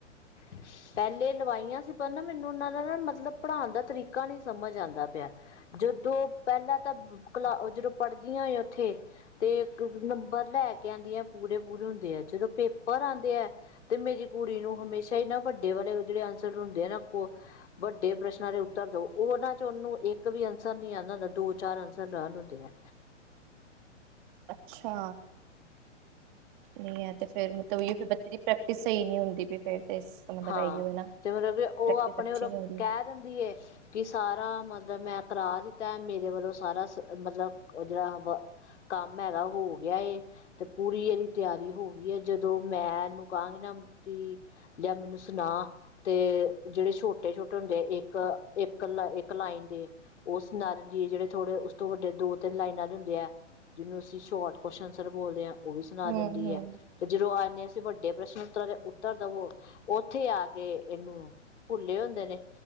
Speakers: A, on the left; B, on the right.
A: ਅ। <unintelligible> ਪਹਿਲੇ ਲਵਾਈਆਂ ਸੀ, ਪਰ ਨਾ ਮੈਨੂੰ ਉਹਨਾਂ ਦਾ ਨਾ ਮਤਲਬ ਪੜ੍ਹਾਉਣ ਦਾ ਤਰੀਕਾ ਨਹੀਂ ਸਮਝ ਆਉਂਦਾ ਪਿਆ। ਜਦੋਂ ਪਹਿਲਾਂ ਤਾਂ ਕਲਾ ਜਦੋਂ ਪੜ੍ਹਦੀਆਂ ਹੀ ਉੱਥੇ। ਤੇ ਨੰਬਰ ਲੈ ਕੇ ਆਉਂਦੀ ਆ ਪੂਰੇ ਪੂਰੇ ਹੁੰਦੇ ਆ, ਜਦੋਂ ਪੇਪਰ ਆਉਂਦੇ ਆ ਤੇ ਮੇਰੀ ਕੁੜੀ ਨੂੰ ਹਮੇਸ਼ਾ ਹੀ ਨਾ ਵੱਡੇ ਵਾਲੇ ਜਿਹੜੇ ਆਂਸਰ ਹੁੰਦੇ ਆ ਨਾ। ਵੱਡੇ ਪ੍ਰਸ਼ਨਾਂ ਦੇ ਉੱਤਰ ਦੋ, ਉਹਨਾਂ ਚ ਉਹਨੂੰ ਇੱਕ ਵੀ ਆਂਸਰ ਨੀ ਆਉਂਦਾ ਹੁੰਦਾ, ਦੋ ਚਾਰ ਆਂਸਰ ਨਾਲ ਨੂੰਦੇ ਆ।
B: ਅੱਛਾ ਨਹੀਂ ਹੈ ਤੇ ਫੇਰ ਮਤਲਬ ਤੇ ਫੇਰ ਬੱਚੇ। ਜਿਹੜੀ ਪ੍ਰੈਕਟਿਸ ਸਹੀ ਨ ਨਹੀਂ ਹੁੰਦੀ ਫੇਰ। ਤੇ ਮਤਲਬ
A: ਹਾਂ,
B: ਇਹੀਓ ਹੈ ਨਾ
A: ਤੇ ਮਤਲਬ ਕਿ ਉਹ
B: ਪ੍ਰੈਕਟਿਸ
A: ਆਪਣੇ
B: ਅੱਛੀ
A: ਵਲੋਂ
B: ਨੀ
A: ਤਇਆਰ
B: ਹੋ ਰਹੀ
A: ਰਹਿੰਦੀ ਹੈ। ਕਿ ਸਾਰਾ ਮਤਲਬ ਮੈਂ ਕਰਾ ਦਿੱਤਾ, ਮੇਰੇ ਵੱਲੋਂ ਸਾਰਾ ਮਤਲਬ ਜਿਹੜਾ ਵ। ਕੰਮ ਹੈਗਾ, ਹੋ ਗਿਆ ਹੈ। ਤੇ ਪੂਰੀ ਇਹਦੀ ਤਿਆਰੀ ਹੋ ਗਈ ਹੈ, ਜਦੋਂ ਮੈਂ ਇਹਨੂੰ ਕਹਾਂਗੀ ਨਾ ਕਿ। ਲਿਆ, ਮੈਨੂੰ ਸੁਣਾ ਤੇ ਜਿਹੜੇ ਛੋਟੇ-ਛੋਟੇ ਹੁੰਦੇ, ਇੱਕ-ਇੱਕ ਲ ਇੱਕ ਲਾਈਨ ਦੇ ਉਸ ਨਾਲ ਜ ਜਿਹੜੇ ਥੋੜੇ ਉਸ ਤੋਂ ਵੱਡੇ, ਦੋ-ਤਿੰਨ ਲਾਈਨਾਂ ਦੇ ਹੁੰਦੇ ਆ। ਜਿਹਨੂੰ ਅਸੀ ਸ਼ੋਰਟ ਕਵਸ਼ਨ ਆਂਸਰ ਬੋਲਦੇ ਆਂ ਉਹ ਵੀ ਸੁਣਾ
B: ਹੂੰ
A: ਦਿੰਦੀ
B: ਹੂੰ
A: ਹੈ, ਤੇ ਜਦੋਂ ਆਨੇ, ਅਸੀਂ ਵੱਡੇ ਪ੍ਰਸ਼ਨ-ਉੱਤਰਾਂ ਦੇ ਉੱਤਰ ਦੇਵੋ। ਉੱਥੇ ਆ ਕੇ ਇਹਨੂੰ ਭੁੱਲੇ ਹੁੰਦੇ ਨੇ